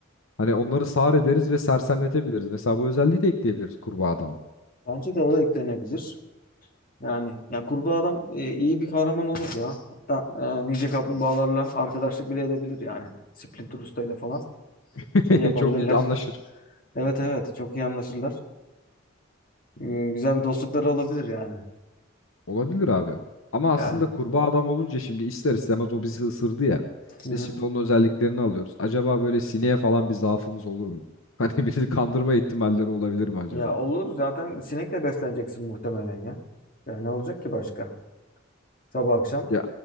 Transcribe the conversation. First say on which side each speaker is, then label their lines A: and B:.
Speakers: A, on the left; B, on the left.
A: Hani onları sağır ederiz ve sersemletebiliriz. Mesela bu özelliği de ekleyebiliriz kurbağa adama.
B: Bence de o da eklenebilir. Yani ya kurbağa adam e, iyi bir kahraman olur ya. Hatta e, nice kaplumbağalarla arkadaşlık bile edebilir yani. Splinter Usta ile falan
A: <laughs>
B: şey yapabilirler.
A: Çok iyi de anlaşır.
B: Evet evet çok iyi anlaşırlar. E, güzel bir dostlukları olabilir yani.
A: Olabilir abi. Ama aslında
B: Yani.
A: kurbağa adam olunca şimdi ister istemez o bizi ısırdı ya.
B: Hı
A: Biz
B: hı.
A: şimdi onun özelliklerini alıyoruz. Acaba böyle sineğe falan bir zaafımız olur mu? <laughs> Hani bizi kandırma ihtimalleri olabilir mi acaba?
B: Ya olur zaten sinekle besleneceksin muhtemelen ya. Ya ne olacak ki başka? Sabah akşam
A: Ya